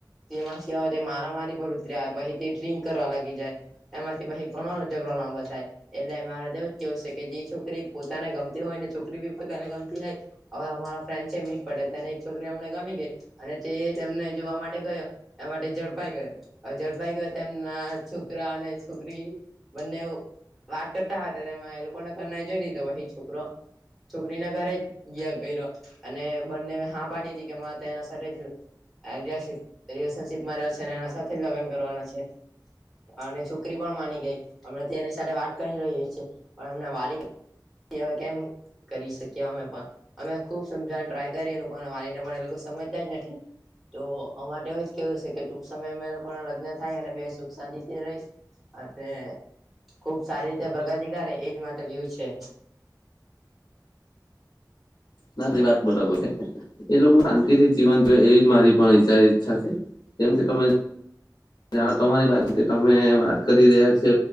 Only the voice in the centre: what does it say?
તેમાંથી મારા મારી પર ઉતરી આવે પછી તે ડ્રિંક કરવા લાગી જાય એમાંથી પછી ઘણો ઝધડો. લાંબો થાય. એટલે મારે તોવું કેવું છે, કે જે છોકરી પોતાને ગમતી હોય ને છોકરી બી પોતાને ગમતી હોય આવા ફ્રેન્ડ છે, મીટ પડલ તેને એક છોકરી અમને ગમી ગઈ અને તે તેમને જોવા માટે ગયો એ ઝડપાઈ ગયો હવે ઝડપાઈ ગયો તેમ અ છોકરા અને છોકરી બંનેવ વાત કરતા હો હતા તેમાં એ લોકોને ઘરના જોઈ લીધોઈ છોકરો છોકરીના ઘરે ગિયા કર્યો અને બંને હા પાડી હતી કે મા તો એના સાથે જ આડીયાશીપ રિલેશનશીપમાં છે ને એના સાથે જ લગ્ન કરવાના છે. અને છોકરી પણ માની ગઈ અમમે તે એની સાથે વાત કરી રહી છીએ પણ એમના વાલિ <unintelligible> કેમ? કરી શકીએ અમે પણ અમે ખુબ સમજવાને ટ્રાય કરી એ લોકોને મારીને પણ એ લોકો સમજતા જ નથી. તો અમા માટે એવું જ કેવું છે, કે ટૂંક સમય અ લોકો ના લગ્ન થાય અને બે સુખ શાંતિથી રેય. હે ખુબ સારી રીતે પ્રગતિ કરે એજ માટે કેવું છે.